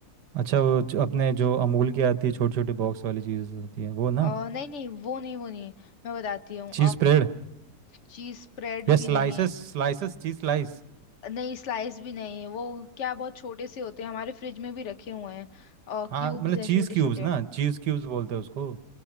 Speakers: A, on the right; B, on the left.
A: अच्छा वो जो अपने जो अमूल की आती है छोटी छोटी बॉक्स वाली चीज़ें होती हैं वो ना
B: अ, नहीं नहीं वो नहीं वो नहीं मैं बताती हूँ
A: चीज़ स्प्रेड
B: चीज़ स्प्रेड
A: या
B: भी
A: स्लाइसेस
B: नहीं
A: स्लाइसेस चीज़ स्लाइस
B: नहीं स्लाइस भी नहीं वो क्या बहुत छोटे से होते हैं हमारे फ्रिज में भी रखे हुए हैं और
A: हाँ
B: क्यूब्स
A: मतलब
B: हैं
A: चीज़
B: छोटे
A: क्यूब्स
B: छोटे
A: ना चीज़ क्यूब्स बोलते हैं उसको